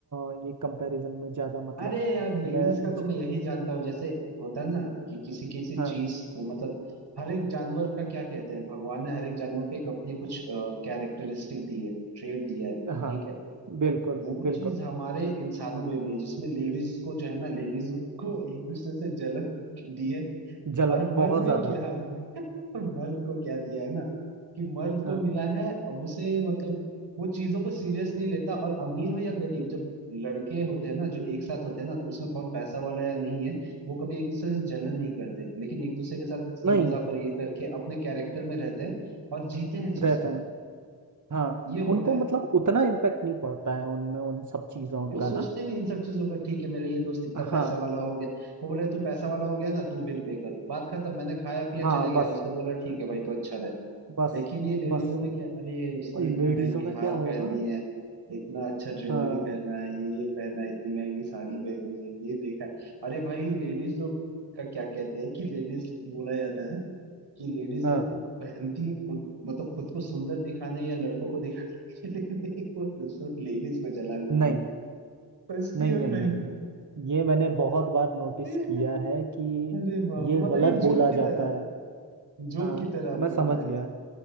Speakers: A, on the right; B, on the right.
A: अ, ये कंपैरिजन में ज्यादा मतलब
B: अरे यार लेडीज
A: मैं
B: का
A: ज,
B: तो मैं यही जानता हूँ जैसे होता है ना कि किसी किसी
A: हाँ
B: चीज मतलब हर एक जानवर का क्या कहते हैं भगवान ने हर एक जानवर को एक अपनी कुछ कैरेक्टरिस्टिक दी है ट्रेड दिया है
A: हाँ
B: ठीक है
A: बिल्कुल
B: वो
A: बिल्कुल
B: चीज हमारे इंसानों में भी है जिसमें लेडीज को जो है ना लेडीज को एक दूसरे से जलन दी है
A: जल
B: और मर्द
A: बहुत ज्यादा
B: में क्या और मर्द को क्या दिया है ना कि मर्द को
A: हाँ
B: मिला है अब उसे मतलब वो चीजों को सीरियस नहीं लेता और अमीर हो या गरीब जब लड़के होते हैं ना जो एक साथ होते हैं ना तो उसमें कौन पैसा वाला या नहीं है वो कभी एक दूसरे से जलन नहीं करते लेकिन एक दूसरे के साथ हंसी
A: नहीं
B: मजाक और ये करके अपने कैरेक्टर में रहते हैं और जीते हैं चीज
A: रहते
B: को
A: हैं हाँ
B: ये होता
A: उनको
B: है
A: मतलब उतना इम्पेक्ट नहीं पड़ता है उनमें उन सब चीजों
B: वो
A: का
B: सोचते
A: ना
B: नहीं इन सब चीजों का ठीक है मेरा ये दोस्त इतना पैसा
A: हाँ
B: वाला हो गया वो बोले तू पैसा वाला हो गया ना तू बिल पे कर बात खत्म मैंने खाया पिया
A: हाँ
B: चले गए
A: बस
B: उसके बाद बोला ठीक है भाई तो अच्छा रहे
A: बस
B: लेकिन ये लेडीजों
A: बस
B: में क्या अरे उसने
A: और
B: इतनी
A: लेडीजों
B: महंगी
A: में
B: हार
A: क्या होगा
B: पहनी है इतना अच्छा ज्वेलरी
A: हाँ
B: पहना है ये ये पहना है इतनी महंगी साड़ी पहनी है ये देखा है अरे भाई लेडीज लोग का क्या कहते हैं कि लेडीज बोला जाता है कि लेडीज
A: हाँ
B: लोग मतलब पहनती है खुद मतलब खुद को सुंदर दिखाने या लड़कों को दिखाने के लिए नहीं, वो दूसरों लेडीज को जलाने के
A: नहीं
B: लिए सस्ती
A: नहीं
B: और
A: नहीं
B: महंगी
A: नहीं नहीं ये मैंने बहुत बार नोटिस
B: <laughs>
A: किया है कि
B: अरे बाप
A: ये
B: मतलब
A: गलत
B: ये
A: बोला
B: जोक की
A: जाता
B: तरह
A: है
B: जोक
A: हाँ
B: की तरह आप
A: मैं
B: बोलते
A: समझ
B: हैं
A: गया